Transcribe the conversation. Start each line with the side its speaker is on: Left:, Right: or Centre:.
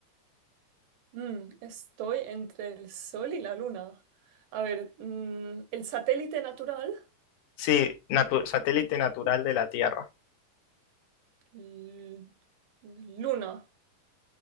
Right: Mm, estoy entre el Sol y la Luna. A ver, mm, el satélite natural,
Left: Sí, natu- satélite natural de la Tierra.
Right: l- Luna.